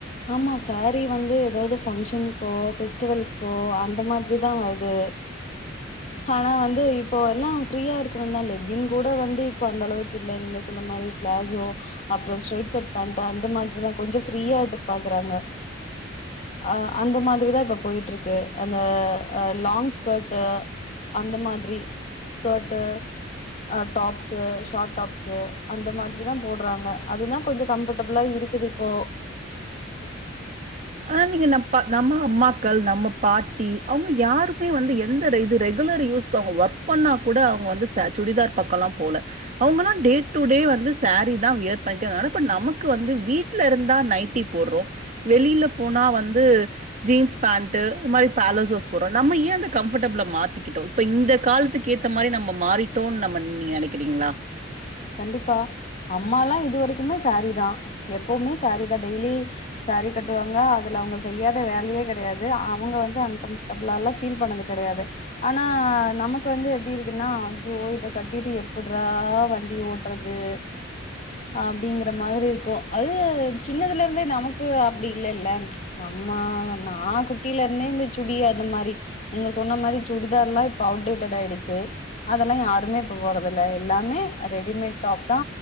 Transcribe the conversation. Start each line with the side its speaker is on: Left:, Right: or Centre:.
Left: ஆமா சேரீ வந்து எதாது ஃபங்க்ஷனுக்கோ ஃபெஸ்டிவல்ஸ்க்கோ அந்த மாதிரி தா வருது ஆனா வந்து இப்போ எல்லா ஃப்ரீயா இருக்கணுனு தா லெக்கின் கூட வந்து இப்ப அந்த அளவுக்கு இல்ல நீங்க சொல்ல மாரி பிளாசோ அப்றோ ஷட் கட் பேண்ட்டு அந்த மாதிரிதா கொஞ்ச ஃப்ரீயா எதிர்பாக்குறாங்க அ அந்த மாதிரிதா இப்ப பொயிட்ருக்கு அந்த லாங் ஸ்கர்ட்டு அந்த மாதிரி ஸ்கர்ட்டு அ டாப்ஸு ஷார்ட் டாப்ஸு அந்த மாதிரி தா போட்றாங்க அதுதா கொஞ்ச கம்ஃபர்டபிளா இருக்கு இது இப்போ
Right: ஆனா நீங்க நம் ப்பா நம்ம அம்மாக்கள் நம்ம பாட்டி அவங்க யாருக்குமே வந்து எந்த இது ரெகுலர் யூஸ் க்கு அவங்க ஒர்க் பண்ணா கூட அவங்க வந்து ச சுடிதார் பக்கலா போல அவங்களா டே டு டே வந்து சேரி தா வியர் பண்ட்டு ஆனா இப்ப நமக்கு வந்து வீட்ல இருந்தா நைட்டி போட்றோ வெளியில போனா வந்து ஜீன்ஸ் பேண்ட்டு இந்மாரி பேலசோஸ் போட்றோ நம்ம ஏ அந்த கம்ஃபர்டபிள மாத்திக்கிட்டோ இப்ப இந்த காலத்துக்கு ஏத்த மாரி நம்ம மாறிட்டோன் நம்ம நீங்க நெனக்கிறீங்களா
Left: கண்டிப்பா அம்மலா இது வரைக்குமே சேரீ தா எப்பவுமே சேரீ தா டெய்லி சேரி கட்டுவாங்க அதுல அவங்க செய்யாத வேலயே கெடயாது அவங்க வந்து அன்கம்ஃபர் டபுளாலா ஃபீல் பண்ணது கெடயாது ஆனா நமக்கு வந்து எப்டி இருக்குன்னா ஐயோ இத கட்டிட்டு எப்புட்றா வண் டி ஓட்றது அப்டிங்கற மாதிரி இருக்கு அது சின்னதுல இருந்தே நமக்கு அப்டி இல்லல்ல நம்ம நா குட்டில இருந்தே அந்த சுடி அது மாரி நீங்க சொன்ன மாரி சுடிதார்லா இப்ப அவுடேட்டடாயிடுச்சி அதெல்லா யாருமே இப்ப போறதில்ல எல்லாமே ரெடிமேட் டாப் தா